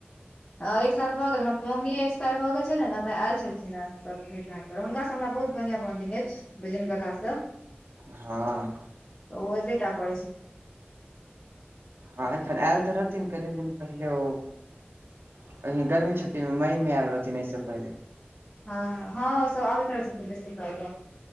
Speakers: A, on the left (about 25°); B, on the right (about 80°).
A: हँ एक साल भऽ गेल मम्मी एक्सपायर भऽ गेल छलै न तऽ आयल छलखिन सभ भेट घांट पर हुनकासँ हमरा बहुत बढ़िआँ बॉन्डिंग अछि <unintelligible> काकासँ
B: हँ
A: तऽ ओ एबे टा करे छथिन
B: हँ एखन आयल तऽ रहथिन कनि दिन पहिले ओ <unintelligible> गर्मी छुट्टी मे मई मे आयल रहथिन अहि सँ पहिले
A: हँ हँ हँ ओ सब आबैत रहै छथिन बेसी काल गांव